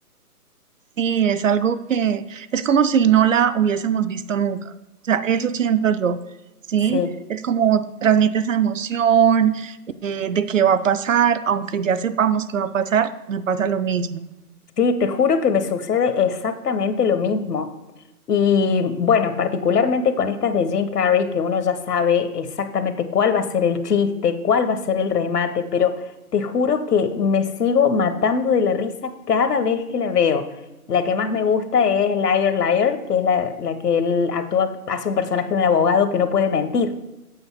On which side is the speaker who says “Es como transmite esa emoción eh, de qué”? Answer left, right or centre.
Right